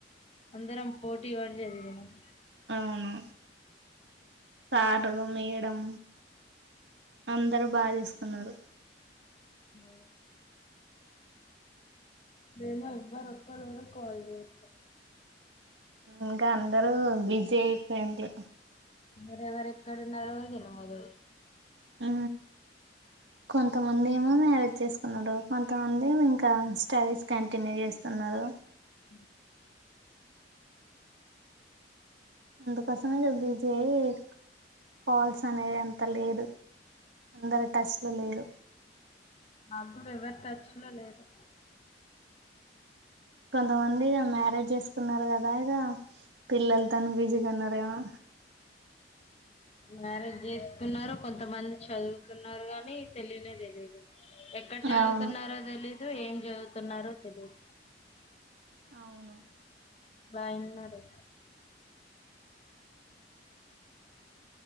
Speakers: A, on the left; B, on the right.
A: అందరం పోటీ వాడి చదివేవారు
B: అవును సారు మేడం అందరు బా చూసుకున్నారు
A: అవును తేజ్ వాళ్ళ ఎవ్వరు ఒక్కసారి కూడా కాల్ చేయట్ల
B: ఇంకా అందరూ బిజీ అయిపోయింది
A: ఎవరెవరు ఎక్కడున్నారో తెలవదు
B: ఆ కొంతమంది మ్యారేజ్ చేసుకున్నాడు కొంతమంది ఇంకా స్టడీస్ కంటిన్యూ చేస్తున్నారు
A: ఆ
B: అందుకోసమే బీజ్జి అయి కాల్స్ అనేవి అంత లేదు అందరు టచ్ లో లేదు
A: నాక్కూడా ఎవరో టచ్ లో లేరు
B: కొంతమంది మ్యారేజ్ చేసుకున్నారు కదా ఇక పిల్లలు తాను బిజీగా ఉన్నారేమో
A: మ్యారేజ్ చేసుకున్నారు కొంతమంది చదువుతున్నారు గాని తెలియనే తెలియదు ఎక్కడ చదువుతున్నారో
B: అవును
A: తెలీదు ఏం చదువుతున్నారో తెలీదు
B: అవును
A: వయన్నూరు